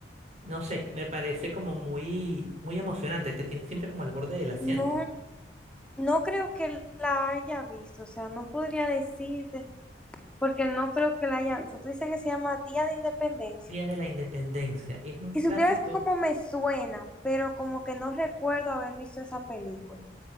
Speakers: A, on the right; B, in the centre.
A: No sé, me parece como muy, muy emocionante. Te tiene siempre como al borde del asiento.
B: No, no creo que la haya visto, o sea, no podría decirte, porque no creo que la haya visto. Tú dices que se llama Día de Independencia.
A: Día de la Independencia. Es un
B: Si
A: clásico.
B: supieras que como me suena, pero como que no recuerdo haber visto esa película.